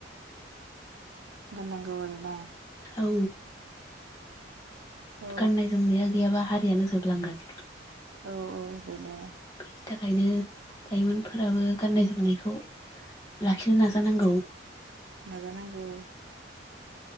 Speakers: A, on the right; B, on the left.
A: ग नांगल न
B: औ
A: औ
B: गाननाय जोमनाया गैयाबा हारियानो जोबलांगोन।
A: औ औ बिनो
B: बि थाखायनो लाइमोनफोराबो गाननाय जोमनायखौ लाखिनो नाजानांगौ।
A: नाजानांगौ